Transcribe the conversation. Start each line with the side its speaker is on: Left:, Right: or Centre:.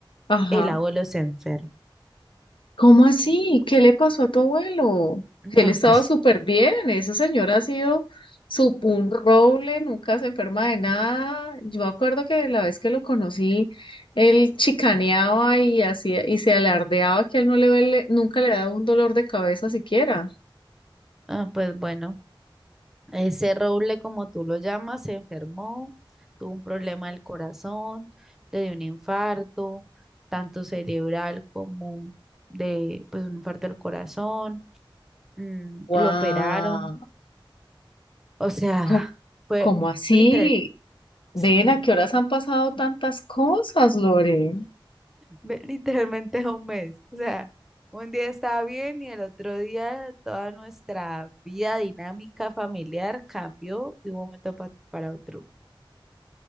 Left: ajá.
Centre: el abuelo se enferma.
Left: ¿Cómo así? ¿Qué le pasó a tu abuelo?
Centre: No,
Left: Él estaba
Centre: pues,
Left: súper bien, esa señora ha sido su, un roble, nunca se enferma de nada. Yo me acuerdo que la vez que lo conocí, él chicaneaba y hacía y se alardeaba que él no le duele- nunca le daba un dolor de cabeza siquiera.
Centre: ah, pues bueno. Ese Roble, como tú lo llamas, se enfermó, tuvo un problema del corazón, le dio un infarto, tanto cerebral como de, pues, un infarto del corazón, mm,
Left: ¡Guau!
Centre: lo operaron, o sea,
Left: ¿Cómo,
Centre: fue
Left: cómo así?
Centre: literal,
Left: Ven,
Centre: sí,
Left: ¿a qué horas han pasado tantas cosas, Lore?
Centre: ve- literalmente un mes, o sea, un día estaba bien y el otro día toda nuestra vida dinámica familiar cambió de un momento pa- para otro.